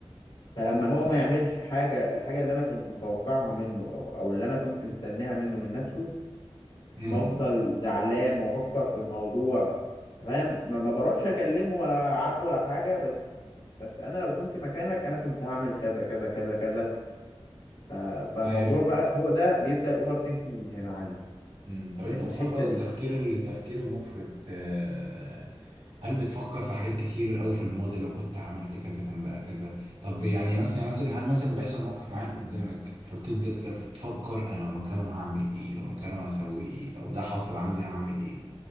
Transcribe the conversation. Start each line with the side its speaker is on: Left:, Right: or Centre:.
Left: فلما هو ما يعملش حاجة الحاجة اللي انا كنت متوقعها منه او او اللي انا كنت مستنيها منه من نفسه
Right: امم
Left: بفضل زعلان وافكر في الموضوع فاهم ما ما بروحش اكلمه ولا عاتبه ولا حاجة بس بس انا لو كنت مكانك انا كنت هعمل كذا كذا كذا كذا ف- فالموضوع
Right: طيب
Left: بقى هو ده بيبدأ الاوفر سينكينج من هنا عندي
Right: امم طب
Left: من
Right: انت يا مصطفى
Left: الحتة
Right: التفكير
Left: دي
Right: التفكير المفرط آه، هل بتفكر في حاجات كتير قوي في الماضي لو كنت عملت كذا كان بقى كذا طب يعني مثلا يعني مثلا هل مثلا بيحصل موقف معين قدامك فبتبدأ تف- تفكر انا لو مكانهم هعمل ايه لو مكانهم هسوي ايه لو ده حصل عندي هعمل ايه